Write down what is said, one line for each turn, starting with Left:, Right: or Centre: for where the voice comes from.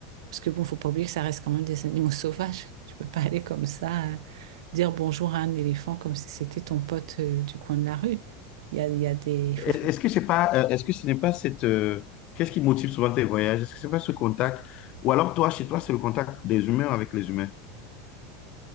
Right: Parce que bon, faut pas oublier que ça reste quand même des animaux <laughs> sauvages. Tu peux pas aller comme ça, euh, dire bonjour à un éléphant comme si c'était ton pote euh, du coin de la rue. Il y a, il y a des... il
Left: Est-
Right: faut faire-
Left: Est-ce que c'est pas, euh, est-ce que ce n'est pas cette, euh, qu'est-ce qui motive souvent tes voyages? Est-ce que c'est pas ce contact? Ou alors toi, chez toi, c'est le contact des humains avec les humains?